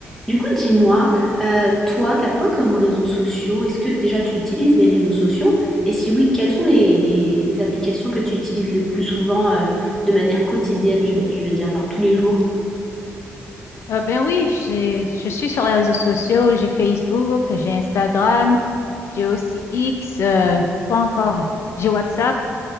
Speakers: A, in the centre; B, on the left.
A: Du coup, dis-moi, euh, toi, t'as quoi comme réseaux sociaux? Est-ce que déjà tu utilises les réseaux sociaux? Et si oui, quelles sont les, les- les applications que tu utilises le plus souvent, euh, de manière quotidienne, je, je veux dire, genre tous les jours?
B: Euh, ben oui, j'ai- je suis sur les réseaux sociaux, j'ai Facebook, j'ai Instagram, j'ai aussi X, euh, quoi encore? J'ai WhatsApp.